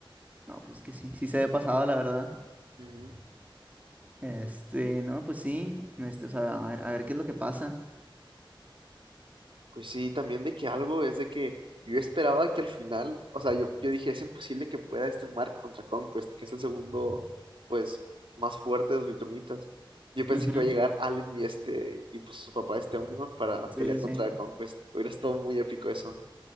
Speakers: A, on the right (about 15°); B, on the right (about 70°).
A: No, pues es que sí, sí se ve pasado, la verdad.
B: Ujú.
A: Este, no, pues sí. Este, o sea, a ver, a ver qué es lo que pasa.
B: Pues sí, también de que algo es de que yo esperaba que al final, o sea, yo, yo dije, es imposible que pueda este Mark contra Conquest, que es el segundo, pues, más fuerte de los Viltrumitas. Yo pensé
A: Ujú.
B: que iba a llegar Allen y este, y pues su papá, este Omniman, para pelear
A: Sí, sí,
B: contra
A: sí.
B: Conquest. Hubiera estado muy épico eso.